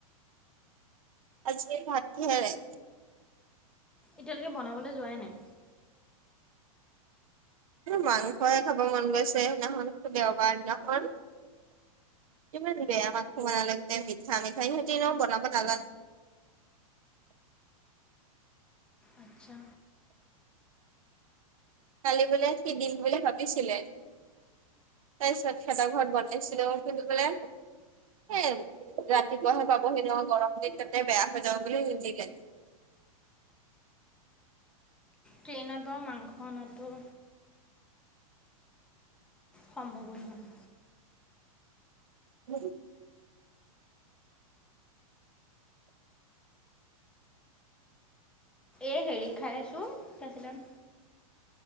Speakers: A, on the right; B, in the centre.
A: আজি ভাত কিহেৰে?
B: এতিয়ালেকে বনাবলে যোৱাই নাই।
A: মাংসয়ে খাব মন গৈছে সেইদিনাখন দেওবাৰ দিনাখন ইমান বেয়া মাংস বনালে। গোটেই মিঠা মিঠা সিঁহতি এনেও বনাব নাজানে।
B: আচ্ছা
A: কালি বোলে সি দিম বুলি ভাবিছিলে। তাৰপিছত খেদা ঘৰত বনাইছিলোঁ। কিন্তু বোলে সেই ৰাতিপুৱাহে পাবহি ন' গৰম দিন তাতে বেয়া হৈ যাব বুলি নিদিলে।
B: ট্ৰেইনত বাৰু মাংস অনাটো সম্ভৱো নহয়।
A: <unintelligible>
B: এই হেৰি খাই আছোঁ। কি আছিলে